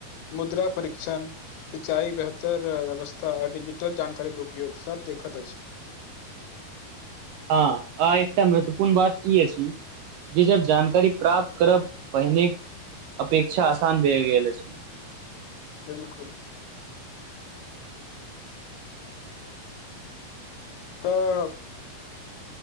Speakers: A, on the left (about 80°); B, on the right (about 80°).
A: मुद्रा परीक्षण सिंचाइ बेहतर व्यवस्था आ डिजिटल जानकारीके उपयोग सब देखैत अछि।
B: हँ आ एकटा महत्वपूर्ण बात ई अछि जी जब जानकारी प्राप्त करब पहिने अपेक्षा आसान भ गेल अछि।
A: बिलकुल। तऽ।